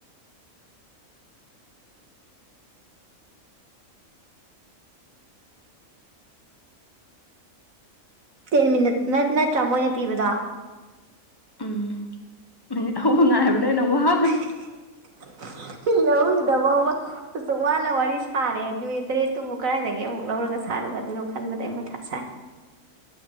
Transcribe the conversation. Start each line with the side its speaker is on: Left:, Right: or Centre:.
Right: ꯇꯦꯟ ꯃꯤꯅꯠ ꯅꯠ ꯅꯠꯇ꯭ꯔꯥ ꯃꯣꯏꯅ ꯄꯤꯕꯗꯣ
Left: ꯎꯝ ꯃꯤꯅꯤꯠ ꯍꯧꯕ ꯉꯥꯏꯕꯅ ꯍꯦꯟꯅ ꯋꯥꯒ꯭ꯔꯦ
Right: <unintelligible> ꯃꯔꯣꯜ ꯁꯤꯗ ꯕꯥꯎꯕ ꯑꯁꯨꯛ ꯋꯥꯅ ꯋꯥꯔꯤ ꯁꯥꯔꯦ ꯅꯨꯃꯤꯠ ꯇꯔꯦꯠꯇꯨꯕꯨ ꯀꯗꯥꯏꯗꯒꯤ ꯑꯃꯨꯛ ꯂꯧꯔꯒ ꯁꯥꯔꯨꯒꯗꯣꯏꯅꯣ ꯈꯟꯕꯗ ꯑꯩ ꯃꯊꯥ ꯁꯥꯏ